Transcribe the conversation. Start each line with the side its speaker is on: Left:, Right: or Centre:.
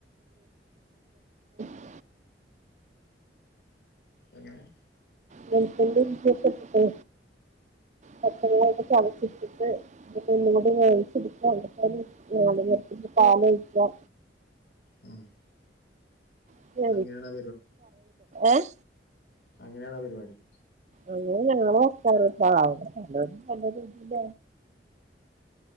Right: <inaudible>
Left: എങ്ങനെ
Right: വെളുത്തുള്ളി ഇഞ്ചി ഒക്കെ ഇട്ടിട്ടെ പച്ചമുളക്ക് ചതച്ചിട്ടിട്ട് എന്നിട്ട് ഒന്നും കുടി വേവിച്ച് എടുക്കുക എന്നിട്ട് നാളികേരത്തിന്റെ പാല് ഒഴിക്കാ
Left: ഉം
Right: <unintelligible>
Left: അങ്ങനെയാണ് ആ
Right: ഏഹ്
Left: അങ്ങനെയണ പരിപാടി
Right: അങ്ങനെ ഞങ്ങള് വെക്കാറ് പ പലരും പല രീതില്ല